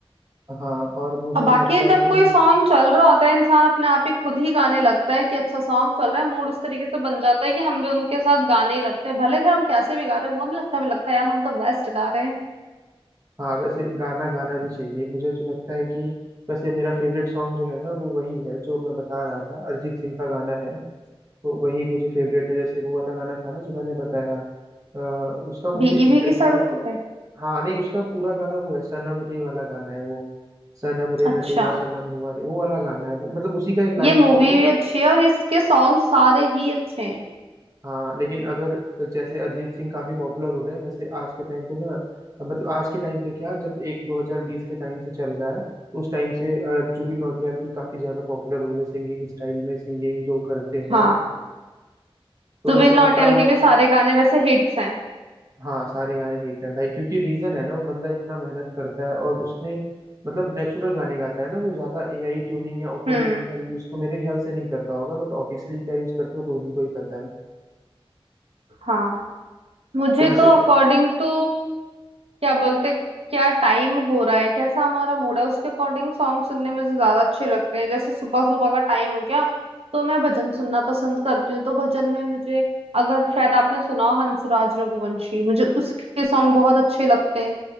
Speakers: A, on the right; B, on the right.
A: हाँ और मुझे
B: अब बाकी
A: तो लगता है
B: जब
A: कि
B: कोई सॉन्ग चल रहा होता है इंसान अपने आप ही खुद ही गाने लगता है कि अच्छा सॉन्ग चल रहा है मूड उस तरीके से बन जाता है कि हम भी उनके साथ गाने ही लगते हैं भले फिर हम कैसे भी गा रहे हैं वो नहीं लगता हमें लगता है यार हम तो बेस्ट गा रहे हैं
A: हाँ वैसे गाना गाना भी चाहिए मुझे तो लगता है कि वैसे मेरा फेवरेट सॉन्ग जो है ना वो वही है जो मैं बता रहा था अरिजीत सिंह का गाना है तो वही मुझे फेवरेट है जैसे वो वाला गाना था ना जो मैंने बताया अ, उसका मुझे
B: भीगी
A: एग्जैक्टली
B: भीगी सड़कों
A: exactly,
B: पे
A: हाँ नहीं उसका पूरा गाना वो है सनम रे वाला गाना है वो सनम रे
B: अच्छा
A: मैं तेरा सनम हुआ रे वो वाला गाना है वो मतलब उसी का एक लाइन
B: ये मूवी
A: था वो
B: भी अच्छी है और इसके सॉन्ग सारे ही अच्छे हैं
A: हाँ लेकिन अगर जैसे अरिजीत सिंह काफी पॉपुलर हो रहे हैं वैसे आज के टाइम पे ना मतलब आज के टाइम पे क्या जब एक 2020 के टाइम से चल रहा है उस टाइम से अ, जुबिन नौटियाल भी काफी ज्यादा पॉपुलर हो रहे हैं सिंगिंग स्टाइल में सिंगिंग जो करते हैं
B: हाँ
A: तो
B: जुबिन
A: वैसे
B: नौटियाल
A: आपका
B: के भी सारे गाने वैसे हिट्स हैं
A: हाँ सारे गाने हिट हैं भाई क्योंकि रीजन है ना वो बंदा इतना मेहनत करता है और उसने मतलब नेचुरल गाने गाता है ना वो ज्यादा एआई ट्यूनिंग या ऑटो
B: हम्म
A: ट्यूनिंग का यूज तो मेरे ख्याल से नहीं करता होगा बट ऑफिशियली क्या यूज करते हो तो उन्हीं को ही पता है
B: हाँ मुझे
A: तो वैसे
B: तो अकॉर्डिंग टू क्या बोलते क्या टाइम हो रहा है कैसा हमारा मूड है उसके अकॉर्डिंग सॉन्ग सुनने मुझे ज्यादा अच्छे लगते हैं जैसे सुबह सुबह का टाइम हो गया तो मैं भजन सुनना पसंद करती हूँ तो भजन में मुझे अगर शायद आपने सुना हो हंसराज रघुवंशी मुझे उसके सॉन्ग बहुत अच्छे लगते हैं